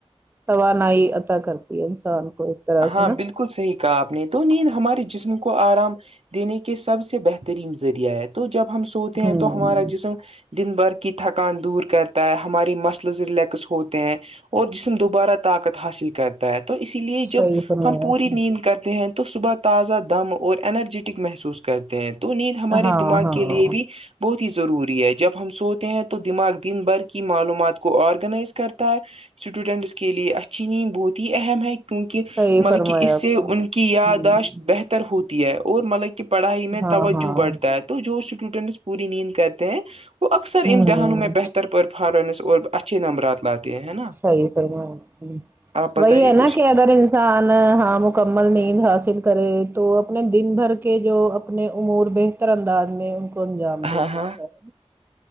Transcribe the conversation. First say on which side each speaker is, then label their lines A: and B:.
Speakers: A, on the right; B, on the right.
A: توانائی عطا کرتی ہے انسان کو طرح
B: ہاں
A: سے نا
B: بل کل صحیح کہا آپ نے تو نیند ہمارے جسم کو آرام دینے کے سب سے بہترین ذریعہ ہے تو جب ہم سوتے
A: ہوں
B: ہیں تو ہمارا جسم دن بھر کی تھکان دور کرتا ہے ہماریے مسلز ریلیکس ہوتے ہیں اور جسم دوبارہ طاقت حاصل کرتا ہے تو اسی لیے جب
A: صحیح فرمایا
B: ہم پوری
A: آپ نے
B: نیند کرتے ہیں تو صبح تازہ دم اور انرجیٹک محسوس کرتے ہیں تو نیند ہمارے
A: ہاں
B: دماغ
A: ہاں
B: کے لیے بھی بہت ہی ضروری ہے جب ہم سوتے ہیں تو دماغ دن بھر کی معلومات کو آرگنائز کرتا ہے اسٹوڈینٹس کے لیے اچھی نیند بہت ہی اہم ہے کیونکہ
A: صحیح
B: مطلب
A: فرمایا
B: کہ اس
A: آپ
B: سے
A: نے
B: ان کی یاداشت
A: ہوں
B: بہ بہتر ہوتی ہے اور مطلب کہ پڑھائی میں
A: ہاں
B: توجہ
A: ہاں
B: بڑھتا ہے تو جو اسٹوڈنٹس پوری نیند کرتے ہیں وہ اکثر
A: ہوں
B: امتحانوں میں بہتر کر پررفارمنس اور اچھے نمبرات لاتے ہیں ہے نا
A: صحیح فرمایا آپ نے
B: آپ بتائیے
A: وہی ہے نا
B: کچھ
A: کہ اگر ان انسان ہاں مکمل نیند حاصل کرے تو اپنے دن بھر کے جو اپنے امور میں بہتر انداز میں ان کو انجام
B: ہاں
A: دے
B: ہاں
A: سکتا ہے